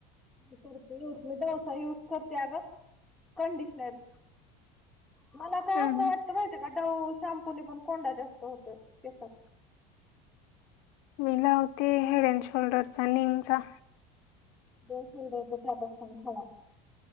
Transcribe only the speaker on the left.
हम्म
मी लावते हेड अँड शोल्डरचा, निमचा.